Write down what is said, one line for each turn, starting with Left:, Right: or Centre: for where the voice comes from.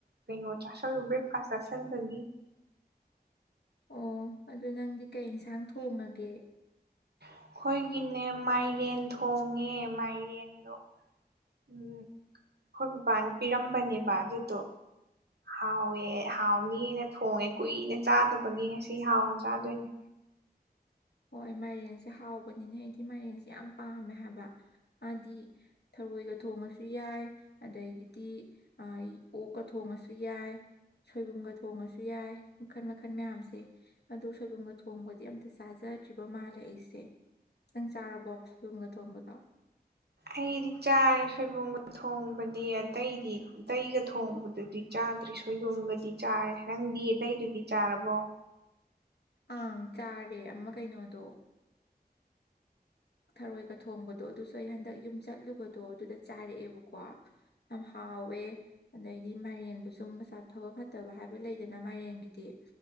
Right: ꯀꯩꯅꯣ ꯆꯥꯁ ꯕ꯭ꯔꯦꯛꯐꯥꯁ ꯆꯁꯤꯟꯖꯅꯤ
Left: ꯑꯣ ꯑꯗꯨ ꯅꯪꯗꯤ ꯀꯩ ꯏꯟꯁꯥꯡ ꯊꯣꯡꯉꯒꯦ
Right: ꯑꯩꯈꯣꯏꯒꯤꯅꯦ ꯃꯥꯏꯔꯦꯟ ꯊꯣꯡꯉꯦ ꯃꯥꯏꯔꯦꯟꯗꯣ ꯎꯝ ꯑꯩꯈꯣꯏ ꯕꯕꯥꯅ ꯄꯤꯔꯝꯕꯅꯦꯕ ꯑꯗꯨꯗꯣ ꯍꯥꯎꯋꯦ ꯍꯥꯎꯅꯦꯅ ꯊꯣꯡꯉꯦ ꯀꯨꯏꯅ ꯆꯥꯗꯕꯒꯤ ꯉꯁꯤ ꯍꯥꯎꯅ ꯆꯥꯗꯣꯏꯅꯦ
Left: ꯍꯣꯏ ꯃꯥꯏꯔꯦꯟꯁꯦ ꯍꯥꯎꯕꯅꯤꯅꯦ ꯑꯩꯗꯤ ꯃꯥꯏꯔꯦꯟꯁꯦ ꯌꯥꯝ ꯄꯥꯝꯃꯦ ꯍꯥꯏꯕ ꯃꯥꯗꯤ ꯊꯔꯣꯏꯒ ꯊꯣꯡꯉꯁꯨ ꯌꯥꯏ ꯑꯗꯒꯤꯗꯤ ꯑꯣꯛꯀ ꯊꯣꯡꯉꯁꯨ ꯌꯥꯏ ꯁꯣꯏꯕꯨꯝꯒ ꯊꯣꯡꯉꯁꯨ ꯌꯥꯏ ꯃꯈꯟ ꯃꯈꯟ ꯃꯌꯥꯝꯁꯦ ꯑꯗꯣ ꯁꯣꯏꯕꯨꯝꯗ ꯊꯣꯡꯕꯗꯤ ꯑꯝꯇ ꯆꯥꯖꯗ꯭ꯔꯤꯕ ꯃꯥꯜꯂꯦ ꯑꯩꯁꯦ ꯈꯤꯇꯪ ꯆꯥꯔꯕꯣ ꯁꯨꯝꯒ ꯊꯣꯡꯕꯗꯣ
Right: ꯑꯩꯗꯤ ꯆꯥꯔꯦ ꯁꯣꯏꯕꯨꯝꯒ ꯊꯣꯡꯕꯗꯤ ꯑꯇꯩꯗꯤ ꯑꯇꯩꯒ ꯊꯣꯡꯕꯗꯨꯗꯤ ꯆꯥꯗ꯭ꯔꯤ ꯁꯣꯏꯕꯨꯝꯒꯗꯤ ꯆꯥꯔꯦꯪ ꯗꯤꯌꯦꯗꯩ ꯑꯗꯨꯗꯤ ꯆꯥꯔꯔꯕꯣ
Left: ꯑꯪ ꯆꯥꯔꯦ ꯑꯃ ꯀꯩꯅꯣꯗꯣ ꯊꯔꯣꯏꯒ ꯊꯣꯡꯕꯗꯣ ꯑꯗꯣ ꯑꯩ ꯍꯟꯗꯛ ꯌꯨꯝ ꯆꯠꯂꯨꯕꯗꯣ ꯑꯗꯨꯗ ꯆꯥꯔꯛꯑꯦꯕꯀꯣ ꯌꯥꯝ ꯍꯥꯎꯋꯦ ꯑꯗꯩꯗꯤ ꯃꯥꯏꯔꯦꯟꯗꯨ ꯁꯨꯝ ꯆꯥꯊꯕ ꯐꯠꯇꯕ ꯍꯥꯏꯕ ꯂꯩꯗꯅ ꯃꯥꯏꯔꯦꯟꯒꯤꯗꯤ